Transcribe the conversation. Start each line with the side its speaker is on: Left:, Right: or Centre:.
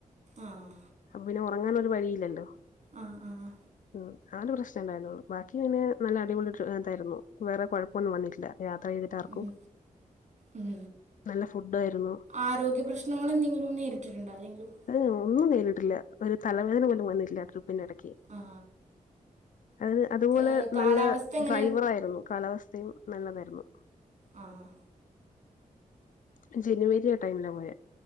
Right: ആഹ്
Left: അപ്പൊ പിന്നെ ഉറങ്ങാന് ഒരു വഴിയില്ലല്ലോ
Right: ആഹ് ആഹ്
Left: ഉം ആ ഒരു പ്രശ്നം ഇണ്ടായിരുന്നുള്ളു ബാക്കി പിന്നെ നല്ല അടിപൊളി ഡ്ര ഇതായിരുന്നു വേറെ കൊഴപ്പവൊന്നും വന്നിട്ടില്ല യാത്ര ചെയ്തിട്ട് ആർക്കും
Right: ഉം ഉം
Left: നല്ല ഫുഡ് ആയിരുന്നു
Right: ആരോഗ്യ പ്രശ്നങ്ങള് എന്തെങ്കിലും നേരിട്ടിട്ടുണ്ടോ ആരെങ്കിലും
Left: ഏ ഒന്നും നേരിട്ടില്ല ഒരു തലവേദന പോലും വന്നിട്ടില്ല ട്രിപ്പിന്റെ ഇടക്ക്
Right: ആ
Left: അത് അതുപോലെ
Right: ഏഹ് കാലാവസ്ഥ
Left: നല്ല
Right: എങ്ങനെ
Left: ഡ്രൈവർ ആയിരുന്നു കാലാവ സ്ഥയും നല്ലതായിരുന്നു
Right: ആഹ്
Left: ഉം ജനുവരി ആ ടൈമിലാ പോയേ